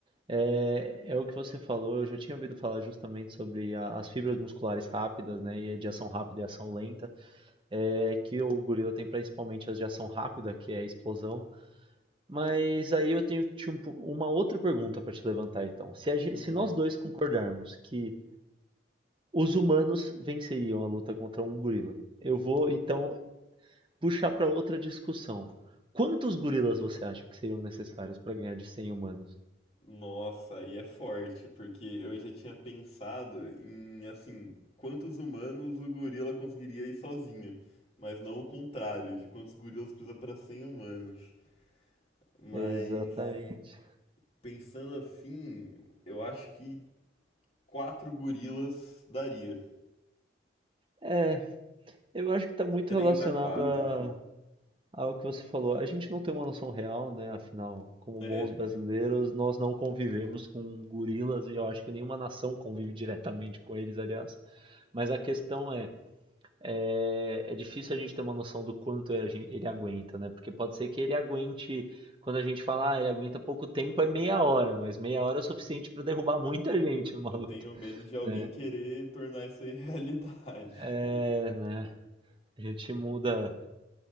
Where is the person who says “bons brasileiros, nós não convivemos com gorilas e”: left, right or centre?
Right